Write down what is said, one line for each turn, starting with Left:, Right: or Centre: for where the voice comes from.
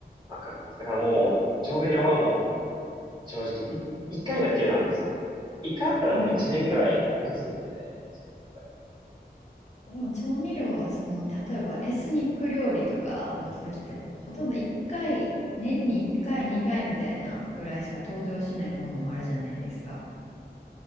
Right: わかります。だからもう、調味料はもう、正直い、一回だけなんで、その、一回あったらもう一年ぐらい持つんで、
Left: うん、
Right: 一年とかにね。
Left: でも調味料はその、例えばエスニック料理とかの時って、ほとんど1回、年に1回、2回みたいなぐらいしか登場しないものもあるじゃないですか。